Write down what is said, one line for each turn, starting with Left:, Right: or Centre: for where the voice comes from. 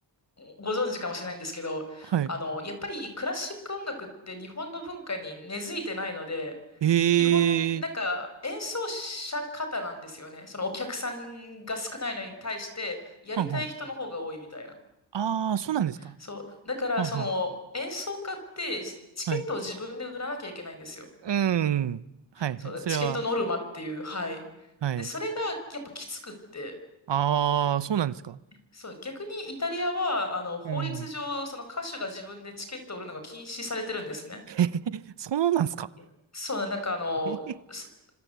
Left: ご存知かもしれないんですけど、
Right: はい。
Left: あの、やっぱりクラシック音楽って日本の文化に根付いてないので、
Right: え
Left: 基本、なんか演奏者方なんですよね。
Right: ー。
Left: そのお客さんが少ないのに対して、やりたい人の方が多いみたいな。
Right: はんはんああ、そうなんですか。
Left: そう。だから、
Right: はんはん。
Left: その演奏家ってチケットを自分で売らなきゃいけないんですよ。
Right: はい。うーん。はいはい。
Left: そう、
Right: それは、
Left: チケットノルマっていう、はい。
Right: はい。
Left: で、それがやっぱきつくって、
Right: ああ、そうなんですか。
Left: そう、逆にイタリアは、あの、法律上、
Right: うん。
Left: その歌手が自分でチケットを売るのが禁止されてるんですね。
Right: <laughs> そうなんですか。
Left: いやそうな、なんかあの、
Right: えへ
Left: す